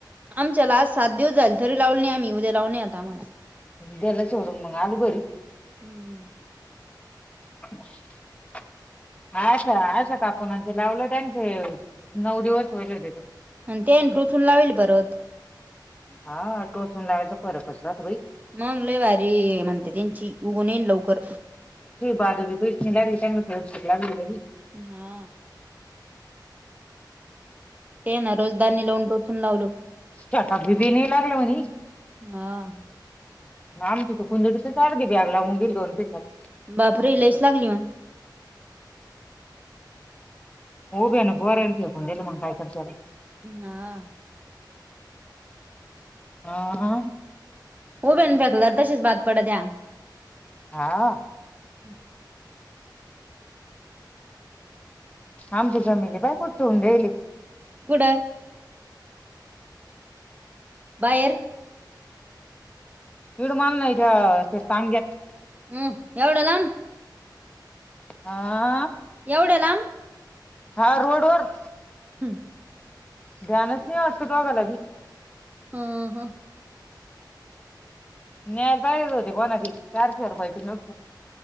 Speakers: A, on the right (about 20°); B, on the left (about 15°).
A: आमच्याला आज सात दिवस झाले तरी लावू नाही आम्ही उ्याव नय आता आम्हाला.
B: देल सोडून मग आलु घरी.
A: हम्मम्.
B: <unintelligible> अछा आशा काकू ने ते लावलं त्यांचे नऊ दिवस वयल होतेत.
A: आणि ते टोचून लावेल परत.
B: हा आ टोचून लावायचा फरक होता.
A: मंगलवारी म्हणते त्यांची उघून येईल लवकर
B: बाद कुचथ नाही लग त्या म खेड शिकलाग <unintelligible>
A: हा ते ना रोजदारनी लावून टोचून लावलं
B: ट बी बी नाही लागलं म्ह
A: हा
B: आम तू कुंडडी चारडी ब्यागला उंगील दोन पसात
A: बापर येलच लागली मग
B: होऊबे ना बोरयेकेल म्हण काय करतर
A: हा
B: हा हा
A: उबेन फेकल तशीच भात पडत त्या
B: हा
A: हम्
B: आमची जमिलि पाय बाय कोठ ठेऊन दिली
A: ब बाहेर
B: विीड मल नाथ सांग्यात
A: हम् एवढलाम
B: हा
A: एवढ्या लांब
B: हा रोड वर
A: हां
B: ध्यानच नाही वाटत दोघाला भी
A: हम ह
B: न्यायला पाहिजेच होते. कोणा चारशे रुपयाची नोट